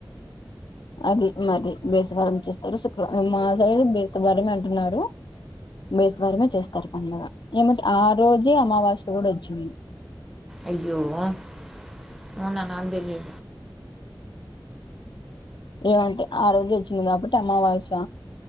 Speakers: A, on the left; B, in the centre.
A: అది మది బెస్తవారం చేస్త త మా సైడ్ బెస్తవారం మ అంటున్నారు బెస్టవరమే చేస్తారు పండగా ఏమింటే ఆ రోజే అమావాస్య కూడా వచ్చినంది
B: అయ్యో అవునా నాకు తెలిదు
A: ఏమంటే ఆ రోజు వచ్చింది కాబట్టి అమావాస్య